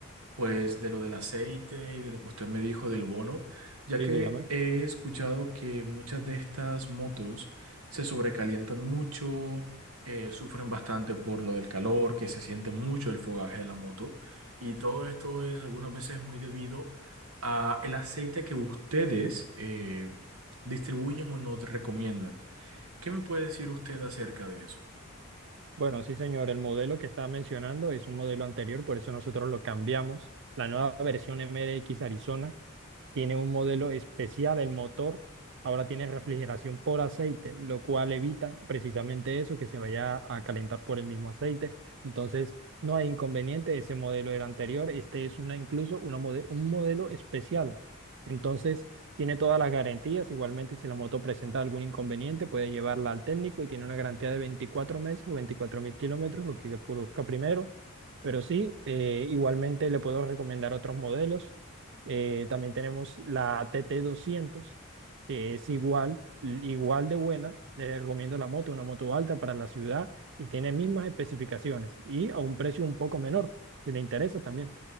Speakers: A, on the right; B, on the right.
A: pues, de lo del aceite y de lo que usted me dijo del bono, ya
B: Sí,
A: que
B: dígame.
A: he escuchado que muchas de estas motos se sobrecalientan mucho, eh, sufren bastante por lo del calor, que se siente mucho el fogaje de la moto, y todo esto es algunas veces muy debido a el aceite que ustedes eh, distribuyen o nos recomiendan. ¿Qué me puede decir usted acerca de eso?
B: Bueno, sí, señor, el modelo que estaba mencionando es un modelo anterior, por eso nosotros lo cambiamos. La nueva versión MRX Arizona tiene un modelo especial el motor. Ahora tiene refrigeración por aceite, lo cual evita precisamente eso, que se vaya a calentar por el mismo aceite. Entonces, no hay inconveniente. Ese modelo era anterior. Este es una, incluso una mode- un modelo especial. Entonces, tiene todas las garantías. Igualmente, si la moto presenta algún inconveniente, puede llevarla al técnico y tiene una garantía de 24 meses o veinticuatro mil kilómetros, lo que produzca primero. Pero sí, eh, igualmente le puedo recomendar otros modelos. Eh, también tenemos la tt doscientos que es igual, igual de buena. Les recomiendo la moto, una moto alta para la ciudad y tiene mismas especificaciones y a un precio un poco menor, si le interesa también.